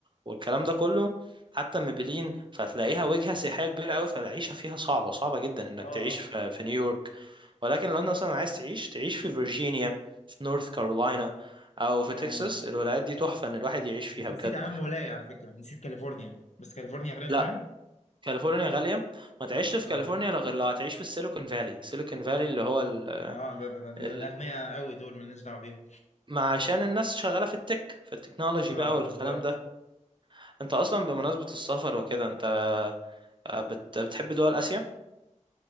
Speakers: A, on the right (about 40°); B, on the left (about 65°).
A: والكلام ده كله حتى ميبلين فتلاقيها وجهة سياحية كبيرة قوي فالعيشة فيها صعبة صعبة جدا انك
B: اه
A: تعيش في, في نيويورك ولكن لو انت مثلا عايز تعيش تعيش في فيرجينيا في نورث كارولاينا او في
B: اه
A: تكساس
B: ممكن
A: الولايات دي تحفة ان الواحد يعيش فيها
B: انت
A: بجد
B: نسيت اهم ولاية على فكرة نسيت كاليفورنيا بس كاليفورنيا غالية شوية
A: لا كاليفورنيا غالية ما تعيش في
B: اه
A: كاليفورنيا لا غير لو هتعيش في السيليكون فالي سيليكون فالي اللي هو ال...
B: اه ده ده, ده الاغنياء
A: ال...
B: قوي دول مالناش دعوة بيهم
A: ما عشان الناس شغالة في التك في التكنولوجي
B: اه
A: بقى والكلام
B: بالظبط
A: ده انت اصلا بمناسبة السفر وكده انت آه، بت... بتحب دول اسيا